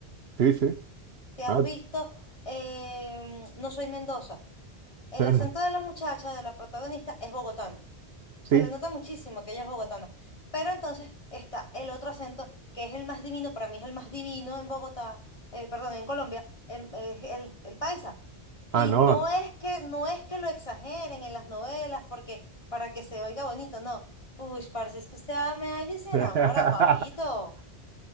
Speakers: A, on the right; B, on the left.
A: Sí, sí.
B: te has
A: Ah,
B: visto eh, No soy Mendoza. El
A: claro.
B: acento de la muchacha, de la protagonista, es bogotano
A: sí.
B: se le nota muchísimo que ella es bogotana. Pero entonces está el otro acento que es el más divino, para mí es el más divino en Bogotá, eh, perdón, en Colombia, el, es el, el paisa. Y
A: Ah, no.
B: no es que, no es que lo exageren en las novelas, porque para que se oiga bonito, no. Uy, parce, es que usted me halla y se
A: <laughs>
B: enamora, papito.